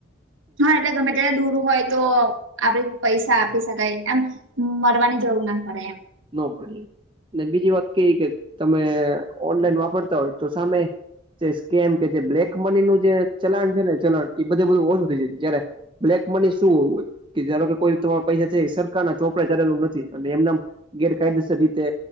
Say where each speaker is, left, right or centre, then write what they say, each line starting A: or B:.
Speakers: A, on the right (about 75°); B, on the right (about 25°).
A: હા એટલે ગમે ત્યારે દૂર હોય- - તો આપડે પૈસા આપી શકાય એમ મળવાની જરૂર ના પડે એમ.
B: નો કરીએ બીજી વાત કે કે તમે ઓનલાઈન વાપરતા હોય તો સામે- - જે સ્કેમ કે જે બ્લેક મની નું જે ચલણ છે ને ચલણ એ બધું બધું ઓછું થઈ જાય છે જયારે- - બ્લેક મની શું હોય? કે જારો કે કોઈ તમારા પૈસા છે સરકાર ના ચોપડાે ચાલેલું નથી અને એમના- - ગેરકાયદેસર રીતે